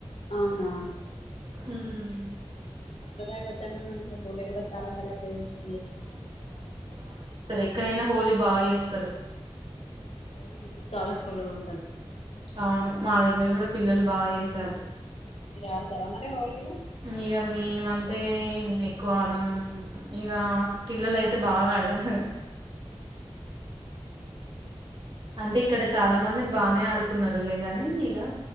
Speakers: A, on the left; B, on the right.
A: ఆహా
B: ఉహ్
A: సంప్రదాయ బద్దంగా ఉపోళే కూడా చాలా సేరలర్బేషన్ చేసుకుంటారు మా గ్రామంలో
B: ఎక్కనేనా హోలీ ఇస్తారు
A: హోలీ కలర్ఫుల్ గుం
B: అవును మా దగ్గర కూడా పిల్లలు బాగా చేస్తారు
A: మీరు ఆడతారా మరి హోలీలో
B: ఇక మేమంటే ఎక్కువ ఆడం ఇగ పిల్లలైతే బాగా ఆడేదాన్ని అంటే ఇక్కడ చాలామంది బానే ఆడతారు కున్నారు లే కానీ ఇగా